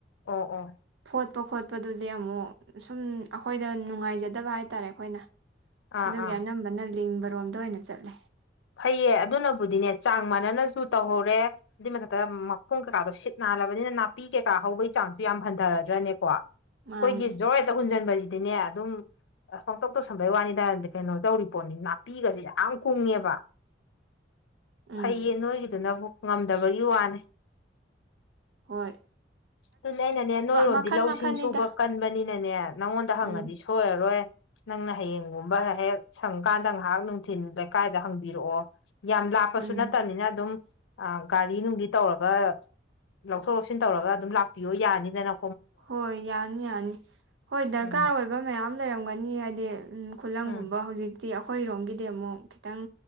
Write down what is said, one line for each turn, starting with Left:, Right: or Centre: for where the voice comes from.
Left: ꯑꯣ ꯑꯣ
Right: ꯐꯣꯠꯄ ꯈꯣꯠꯄꯗꯨꯗꯤ ꯑꯃꯨꯛ ꯁꯨꯝ ꯑꯩꯈꯣꯏꯗ ꯅꯨꯡꯉꯥꯏꯖꯗꯕ ꯍꯥꯏꯇꯥꯔꯦ ꯑꯩꯈꯣꯏꯅ
Left: ꯑꯥ
Right: ꯑꯗꯨꯒꯤ
Left: ꯑꯥ
Right: ꯑꯅꯝꯕꯅ ꯂꯤꯡꯕꯔꯣꯝꯗ ꯑꯣꯏꯅ ꯆꯠꯂꯦ
Left: ꯐꯩꯌꯦ ꯑꯗꯨꯅꯕꯨꯗꯤꯅꯦ ꯆꯥꯡ ꯃꯥꯟꯅꯅꯁꯨ ꯇꯧꯍꯧꯔꯦ ꯑꯗꯨꯏ ꯃꯊꯛꯇ ꯃꯈꯣꯡ ꯀꯩꯀꯥꯗꯣ ꯁꯤꯠ ꯅꯥꯜꯂꯕꯅꯤꯅ ꯅꯥꯄꯤ ꯀꯩꯀꯥ ꯍꯧꯕꯒꯤ ꯆꯥꯡꯁꯨ ꯌꯥꯝ ꯍꯟꯊꯔꯗ꯭ꯔꯅꯦꯀꯣ
Right: ꯃꯥꯅꯦ
Left: ꯑꯩꯈꯣꯏꯒꯤ ꯖꯣꯔ ꯍꯦꯠꯇ ꯍꯨꯟꯖꯟꯕꯁꯤꯗꯤꯅꯦ ꯑꯗꯨꯝ ꯑꯁ ꯍꯪꯇꯧ ꯇꯧꯁꯟꯕꯩ ꯋꯥꯅꯤꯗ ꯀꯩꯅꯣ ꯇꯧꯔꯤ ꯄꯣꯠꯅꯤ ꯅꯥꯄꯤꯒꯁꯦ ꯌꯥꯝ ꯀꯨꯡꯉꯦꯕ
Right: ꯎꯝ
Left: ꯐꯩꯌꯦ ꯅꯣꯏꯒꯤꯗꯨꯅꯕꯨ ꯉꯝꯗꯕꯒꯤ ꯋꯥꯅꯦ
Right: ꯍꯣꯏ
Left: ꯑꯗꯨꯅꯦ ꯑꯩꯅꯅꯦ ꯅꯣꯏꯔꯣꯝꯗꯤ
Right: ꯃꯈꯟ
Left: ꯂꯧ
Right: ꯃꯈꯟꯅꯤꯗ
Left: ꯁꯤꯡ ꯁꯨꯕ ꯀꯟꯕꯅꯤꯅꯅꯦ ꯅꯪꯉꯣꯟꯗ ꯍꯪꯉꯗꯤ
Right: ꯎꯝ
Left: ꯁꯣꯏꯔꯔꯣꯏ ꯅꯪꯅ ꯍꯌꯦꯡꯒꯨꯝꯕ ꯍꯦꯛ ꯁꯪꯀꯥꯟꯗ ꯉꯥꯏꯍꯥꯛ ꯅꯨꯡꯊꯤꯜ ꯂꯩꯀꯥꯏꯗ ꯍꯪ ꯏꯔꯛꯑꯣ ꯌꯥꯝ ꯂꯥꯞꯄꯁꯨ
Right: ꯎꯝ
Left: ꯅꯠꯇꯕꯅꯤꯅ ꯑꯗꯨꯝ ꯒꯥꯔꯤ ꯅꯨꯡꯗꯤ ꯇꯧꯔꯒ ꯂꯧꯊꯣꯛ ꯂꯧꯁꯤꯟ ꯇꯧꯔꯒ ꯑꯗꯨꯝ ꯂꯥꯛꯄꯤꯌꯣ ꯌꯥꯅꯤꯗꯅ
Right: ꯍꯣꯏ ꯌꯥꯅꯤ ꯌꯥꯅꯤ ꯍꯣꯏ ꯗꯔꯀꯥꯔ
Left: ꯎꯝ
Right: ꯑꯣꯏꯕ ꯃꯌꯥꯝ ꯂꯩꯔꯝꯒꯅꯤ ꯍꯥꯏꯗꯤ ꯎꯝ ꯈꯨꯂꯪꯒꯨꯝꯕ
Left: ꯎꯝ
Right: ꯍꯧꯖꯤꯛ ꯤ ꯑꯩꯈꯣꯏꯔꯣꯝꯒꯤꯗꯤ ꯑꯃꯨꯛ ꯈꯤꯇꯪ